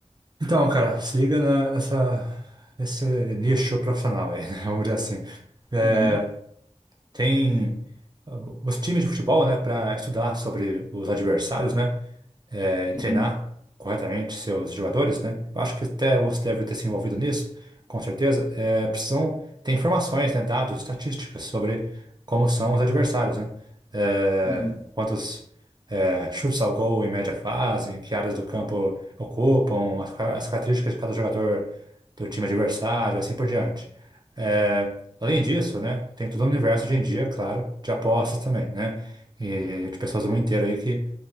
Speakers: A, on the right (about 35°); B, on the left (about 25°).
A: Então, cara, se liga na- nessa, nesse nicho profissional aí, <laughs> né? Vamos dizer assim. É,
B: Uhum,
A: Tem ah, os times de futebol, né, para estudar sobre os adversários, né, eh, e treinar
B: uhum,
A: corretamente seus jogadores, né. Eu acho que até você deve ter se envolvido nisso, com certeza. Eh, precisam ter informações, né, dados, estatísticas sobre como são os adversários, né, Eh,
B: uhum,
A: quantos eh, chutes ao gol em média fazem, que áreas do campo ocupam, as, ca- as características de cada jogador do time adversário, assim por diante. Eh, Além disso, né, tem todo o universo hoje em dia, claro, de apostas também, né? E de pessoas do mundo inteiro aí que